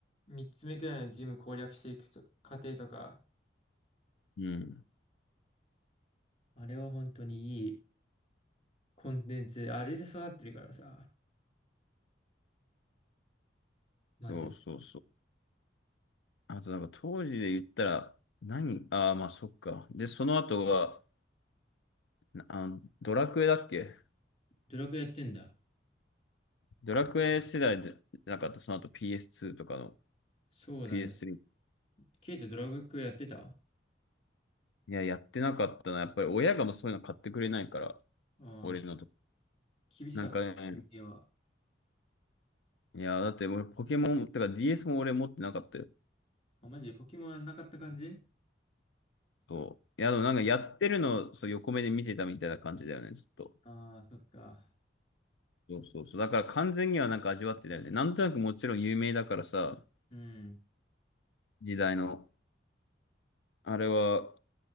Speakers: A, on the left; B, on the left.
A: 3つ目くらいのジム攻略していくと過程とか、
B: うん。
A: あれは本当にいいコンテンツ、あれで育ってるからさ、マジで。
B: そうそうそう。あとなんか当時で言ったら、何ああー、まあそっか。で、その後が、なあの、ドラクエだっけ
A: ドラクエやってんだ。
B: ドラクエ世代でなかった、その後 PS2 とかの
A: そうだね。
B: PS3
A: ケイトドラクエやってたあ
B: いや、やってなかったな。やっぱり親がもうそういうの買ってくれないから、
A: あ
B: 俺のと。
A: ー、厳しかった、
B: なんかね、
A: 休憩は。
B: いや、だって俺ポケモン、てか DS も俺持ってなかったよ。
A: あ、マジでポケモンはなかった感じ
B: そう。いや、でもなんかやってるのそう横目で見てたみたいな感じだよね、ずっと。
A: ああー、そっか。
B: そうそうそう。だから完全にはなんか味わってたよね。なんとなくもちろん有名だからさ、
A: うん。
B: 時代の。あれは